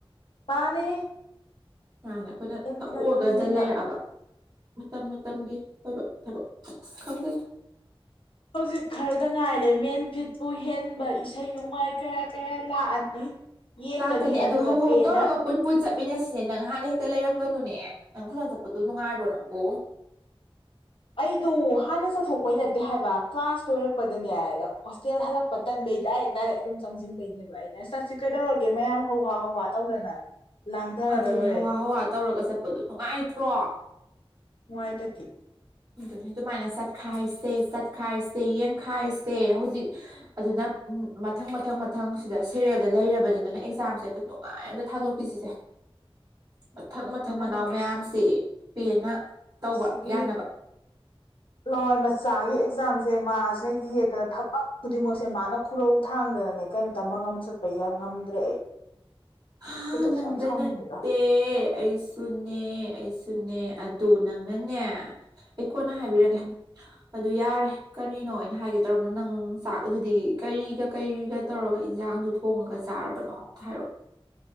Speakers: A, on the left (about 65°); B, on the right (about 45°).
A: ꯃꯥꯅꯤ
B: ꯃꯥꯥꯟꯅꯤ ꯑꯩꯈꯣꯏꯅ
A: ꯑꯦꯝ
B: ꯇꯎꯔꯒꯗ
A: ꯐꯤꯠꯅ ꯀꯔꯤ ꯍꯦꯟꯕ
B: ꯂꯩꯔꯛꯑꯕ ꯃꯇꯝ ꯃꯇꯝꯒꯤ ꯑꯣꯏꯕ ꯊꯕꯛ <unintelligible> ꯈꯪꯗꯦ
A: ꯍꯧꯖꯤꯛ ꯈꯔꯗ ꯉꯥꯏꯔꯦ ꯃꯦꯟꯐꯤꯠꯄꯨ ꯍꯦꯟꯕ ꯏꯁꯩ ꯅꯣꯡꯃꯥꯏ ꯀꯌꯥ ꯀꯌꯥ ꯂꯥꯛꯑꯅꯤ ꯌꯦꯡꯒꯅꯤ
B: ꯂꯥꯛꯀꯅꯤ ꯑꯗꯨ
A: ꯑꯗꯨꯗ
B: ꯍꯧ ꯍꯧ
A: ꯄꯦꯟꯅ
B: ꯇꯧꯔꯒ ꯄꯨꯟ ꯄꯨꯟ ꯆꯠꯃꯤꯟꯅꯁꯤꯅꯦ ꯅꯪ ꯍꯥꯟꯅ ꯍꯦꯛꯇ ꯂꯩꯔꯝꯒꯅꯨꯅꯦ ꯅꯪ ꯐꯖꯅ ꯆꯠꯄꯗꯣ ꯅꯨꯡꯉꯥꯏꯕ꯭ꯔꯣ ꯅꯪꯕꯨ
A: ꯑꯩꯗꯨ ꯍꯥꯟꯅ ꯆꯠꯊꯣꯛꯄꯩ ꯅꯠꯇꯦ ꯍꯥꯏꯕ ꯀ꯭ꯂꯥꯁ ꯂꯣꯏꯔꯛꯄꯗꯅꯦ ꯍꯣꯁꯇꯦꯜ ꯍꯜꯂꯛ ꯄꯇꯟꯕꯩ ꯗꯥꯏꯔ‌ꯦꯛ ꯗꯥꯏꯔ‌ꯦꯛ ꯑꯗꯨꯝ ꯆꯪꯁꯤꯟꯕꯩꯅꯦ ꯕ <unintelligible> ꯑꯩꯅ ꯆꯠꯁꯤ ꯀꯩꯗꯧꯔꯒꯦ ꯃꯌꯥꯝ ꯍꯋꯥ ꯍꯋꯥ ꯇꯧꯗꯅ ꯂꯥꯡꯊꯔꯒ
B: ꯑꯗꯨꯅꯦ
A: ꯂꯣꯏꯔꯦ
B: ꯍꯧꯍꯥ ꯍꯧꯍꯥ ꯇꯧꯔꯒ ꯆꯠꯄꯗꯣ ꯅꯨꯡꯉꯥꯏꯇ꯭ꯔꯣ
A: ꯅꯨꯡꯉꯥꯏ ꯇꯗꯤ
B: ꯑꯗꯨꯅꯤ ꯑꯗꯨꯃꯥꯏꯅ ꯆꯠꯈꯥꯏꯁꯦ ꯆꯠꯈꯥꯏꯁꯦ ꯌꯦꯡꯈꯥꯏꯁꯦ ꯍꯧꯖꯤꯛ ꯑꯗꯨꯅ ꯃꯊꯪ ꯃꯊꯪ ꯃꯊꯪ ꯁꯤꯗ ꯁꯦꯔꯦꯜꯗ ꯂꯩꯔꯕꯅꯤ ꯑꯗꯨꯅ ꯑꯦꯛꯖꯥꯝꯁꯦ ꯑꯗꯨꯝ ꯅꯨꯡꯉꯥꯏ ꯑꯝꯇ ꯊꯥꯗꯣꯛ ꯖꯤꯖ <unintelligible>
A: <inaudible>
B: ꯃꯊꯛ ꯃꯊꯛ
A: ꯍꯟꯗꯛꯀꯤꯁꯦ
B: ꯃꯅꯥꯎ ꯃꯌꯥꯝꯁꯤ ꯄꯦꯟꯅ ꯇꯧꯕ
A: ꯁꯤꯒꯤ
B: ꯌꯥꯅꯕ
A: ꯂꯋꯥꯏ ꯃꯆꯥꯒꯤ ꯑꯦꯛꯖꯥꯝꯁꯦ ꯃꯥꯁꯤꯅ ꯌꯦꯠꯇꯅ ꯊꯕꯛ ꯈꯨꯗꯤꯡꯃꯛꯁꯦ ꯃꯥꯅ ꯈꯨꯔꯧ ꯊꯥꯡꯗꯅꯅꯦ ꯀꯔꯤ ꯇꯃ ꯉꯝ ꯆꯠꯄ ꯌꯥꯝ ꯉꯝꯗ꯭ꯔꯦ ꯑꯩ
B: ꯍꯥ
A: ꯑꯩꯈꯣꯏꯗꯧꯁꯨ
B: ꯅꯪꯗ
A: ꯌꯥꯝ ꯁꯥꯎꯅꯤꯡꯉꯤꯗ
B: ꯅꯠꯇꯦ ꯑꯦ ꯑꯩꯁꯨꯅꯦ ꯑꯩꯁꯨꯅꯦ ꯑꯗ ꯅꯪꯅꯅꯦ ꯑꯩ ꯀꯣꯟꯅ ꯍꯥꯏꯕꯤꯔꯒꯦ
A: ꯎꯝ
B: ꯑꯗꯨ ꯌꯥꯔꯦ ꯀꯔꯤꯅꯣ ꯑꯩꯅ ꯍꯥꯏꯒꯦ ꯇꯧꯔꯕꯅꯣ ꯅꯪ ꯆꯥꯛ ꯑꯗꯨꯗꯤ ꯀꯔꯤꯒ ꯀꯔꯤꯒ ꯇꯧꯔꯒ ꯏꯟꯖꯥꯡꯗꯨ ꯊꯣꯡꯉꯒ ꯆꯥꯔꯕꯅꯣ ꯑꯝꯇ ꯍꯥꯏꯔꯛꯑꯣ